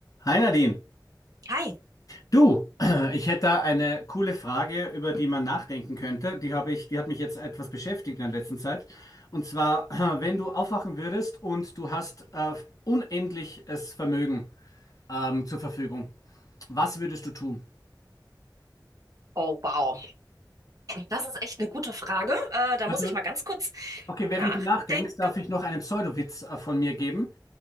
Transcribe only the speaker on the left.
Hi Nadine,
du, <clears throat> ich hätte da eine coole Frage, über die man nachdenken könnte. Die habe ich, die hat mich jetzt etwas beschäftigt in der letzten Zeit. Und zwar, <clears throat> wenn du aufwachen würdest und du hast äh, unendliches Vermögen ähm, zur Verfügung, was würdest du tun?
Also,
okay,
während du nachdenkst, darf ich noch einen Pseudowitz äh, von mir geben.